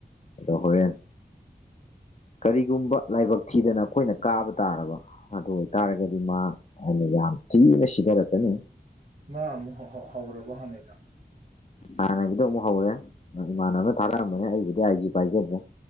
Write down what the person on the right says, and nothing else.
ꯃꯥ ꯑꯃꯨꯛ ꯍꯧ ꯍꯧ ꯍꯧꯔꯕ ꯍꯅꯩꯗꯣ ꯫